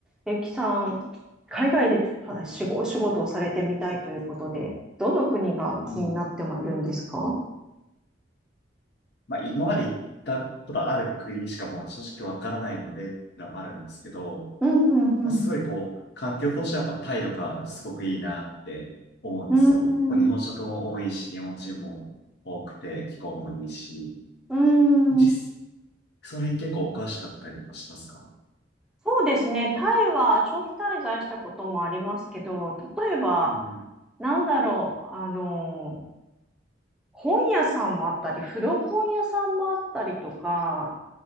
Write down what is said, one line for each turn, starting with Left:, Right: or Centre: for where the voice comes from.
Centre: えきさん、海外で仕事お仕事をされてみたいということで、どの国が気になってるんですか
Left: うん。まあ、今まで行ったことある国しかまあ正直わからないので、があるんですけど、
Centre: うんうん
Left: まあ、すごいこう、環境としてはやっぱタイとかすごくいいなって思うんですよ。
Centre: うん。うん。
Left: まあ日本食も多いし、
Centre: うん
Left: 日本人も多くて、気候もいいし、
Centre: うんうん
Left: 実、その辺結構お詳しかったりもしますか
Centre: そうですね。タイは長期滞在したこともありますけど、例えば、
Left: うん。
Centre: なんだろう、あの、本屋さんもあったり、古本屋さんもあったりとか、